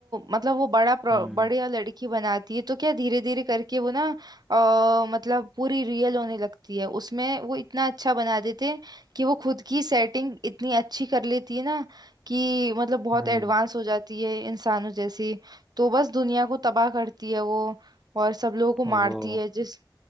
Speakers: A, on the right (about 60°); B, in the centre.
A: मतलब वो बड़ा प्रो-
B: हम्म
A: बढ़िया लड़की बनाती है तो क्या धीरे धीरे करके वो ना अ मतलब पूरी रियल होने लगती है उसमें वो इतना अच्छा बना देते हैं कि वो खुद की सेटिंग इतनी अच्छी कर लेती है ना कि मतलब बहुत
B: हम्म
A: एडवांस हो जाती है इंसानों जैसी तो बस दुनिया को तबाह करती है वो और सब लोगों को
B: ओहो
A: मारती है जिस